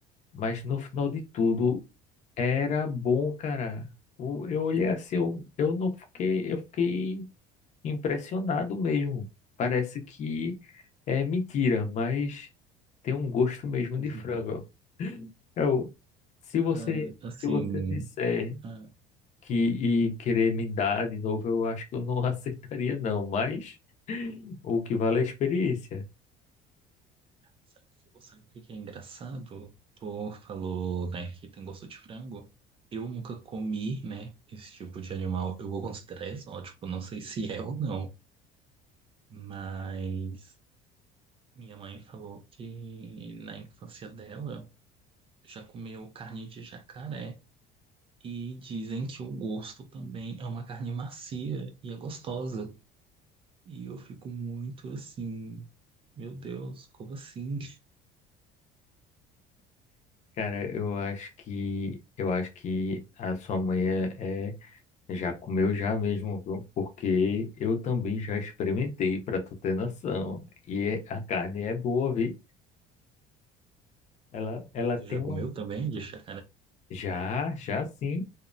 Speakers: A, on the left; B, on the right.
A: mas no final de tudo era bom, cara. O- Eu olhei assim, eu, eu não fiquei, eu fiquei impressionado mesmo. Parece que é mentira, mas tem um gosto mesmo
B: É.
A: de
B: <laughs>
A: frango. Eu, se você,
B: Ah, assim,
A: se você disser
B: ah,
A: que e querer me dar de novo, eu acho que eu não <laughs> aceitaria não, mas o que vale é a experiência.
B: sabe, sabe o que que é engraçado? Tu falou, né, que tem gosto de frango. Eu nunca comi, né, esse tipo de animal. Eu vou considerar exótico, não sei se é ou não. Mas minha mãe falou que na infância dela já comeu carne de jacaré. E dizem que o gosto também é uma carne macia e é gostosa. E eu fico muito assim, meu Deus, como assim?
A: Cara, eu acho que eu acho que a sua mãe é, é- já comeu já mesmo, viu? porque eu também já experimentei, para tu ter noção. E é- a carne é boa, vi? Ela ela
B: Tu
A: tem
B: já
A: uma
B: comeu também de chá,
A: já, já sim.